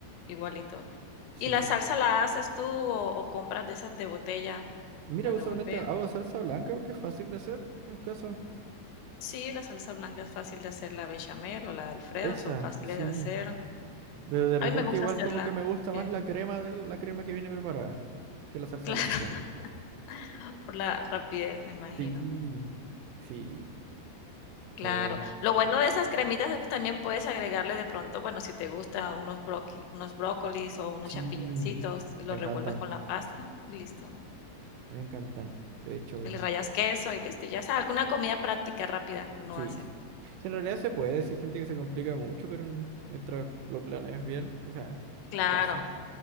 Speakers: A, on the left; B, on the right.
A: igualito.
B: Sí.
A: ¿Y la salsa la haces tú o, o compras de esas de botella
B: Mira,
A: para
B: usualmente
A: revolver?
B: hago salsa blanca porque es fácil de hacer en casa.
A: Sí, la salsa blanca es fácil de hacer, la bechamel o la de Alfredo
B: Esa,
A: son fáciles
B: sí.
A: de hacer.
B: Pero de repente
A: A mí me gusta
B: igual
A: hacerla
B: como que me gusta
A: también.
B: más la crema de la crema que viene preparada que la salsa
A: Claro,
B: blanca.
A: <laughs> por la rapidez, me imagino.
B: Sí, sí,
A: Claro.
B: pero
A: Lo bueno de esas cremitas es que también puedes agregarle de pronto, bueno, si te gusta unos broqui- unos brócolis o unos
B: sí,
A: champiñoncitos y los
B: me encantan,
A: revuelves con la pasta y listo.
B: me encantan. De hecho,
A: Y le rayas queso y listo, ya sea alguna comida práctica rápida que uno
B: Sí.
A: hace.
B: Sí, en realidad se puede, sí hay gente que se complica mucho, pero mm, mientras lo planees bien, o sea,
A: Claro,
B: fácil.